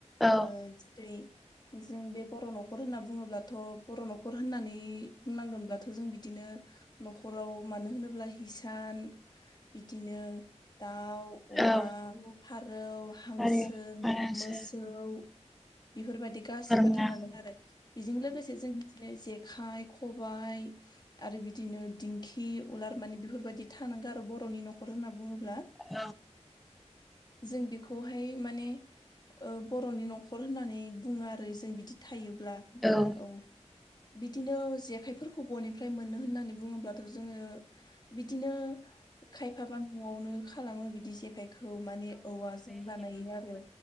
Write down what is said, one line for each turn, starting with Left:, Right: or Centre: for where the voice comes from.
Centre: औ
Left: ओ जेरै जों बे बर' न'खर होनना बुङोब्लाथ' बर' न'खर होननानै बुंनांगोनब्लाथ' जों बिदिनो न'खराव मानो होनोब्ला हिसान बिदिनो दाउ अमा
Centre: औ
Left: फारौ हांसो
Centre: हारि बारासो
Left: मोस सौ बेफोरबायादि गासिबो
Centre: बोरमा
Left: थानांगोन
Centre: औ
Left: आरो बेजों लोगोसे जों बिदिनो जेखाय खबाइ आरो बिदिनो दिंखि उलार माने बेफोरबायदि था नांगो आरो बर'नि न'खर होनना बुङोब्ला
Centre: औ
Left: जों बेखौहाय माने ओ बर'नि न'खर होननानै बुङो आरो जों बिदि थायोब्ला
Centre: उम
Left: औ बिदिनो जेखाइफोरखौ बनिफ्राय मोनो होननानै बुङोब्लाथ' जोङो बिदिनो खायफाबा न'आवनो खालामो बिदि जेखाय खौ माने औवाजों बानायो आरो।